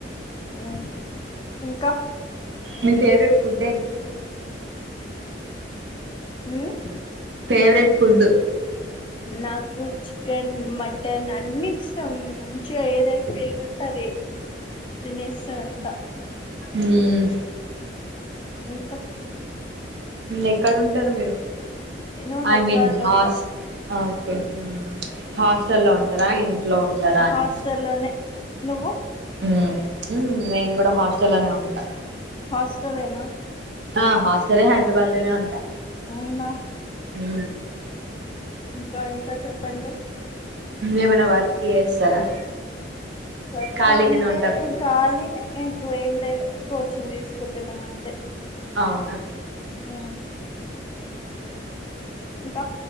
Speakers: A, on the left; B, on the right.
A: ఉ ఇంక
B: మి ఫేవరెట్ ఫుడ్ ఏంటి
A: ఉమ్
B: ఫేవరెట్ ఫుడ్
A: నాకు చికెన్ మటన్ అన్ని ఇష్టం మంచిగా ఏదై ఎది అంటే అది తినెసాఅంత
B: ఉమ్
A: ఇంక
B: ఎక్కడ ఉంటరు మీరు
A: నేను హైదరాబాద్
B: ఐ మీన్
A: లో
B: హాస్
A: ఉంటా
B: ఆ ఓకే హాస్టల్లో అ ఉంటర ఇంట్లో ఉంటర అని
A: హాస్టల్లోనే నువ్వు
B: మ్ నేను కూడా హాస్టల్ లోనే ఉంటా
A: హాస్టలేనా
B: ఆ హాస్టలే హైదరాబాద్ లోనే ఉంటా
A: ఏమ్ ర
B: నా
A: ఇంక ఇంకా చెప్పండి
B: ఏమయినా వర్క్ చేస్తారా
A: వర్క్
B: ఖాళీగానే
A: అంటే
B: ఉంటారు
A: ఖాళీనె ఎక్కువేం లేదు కోచింగ్ తీసుకుంటున్నాం అంతె
B: అవున
A: ఆ ఇంక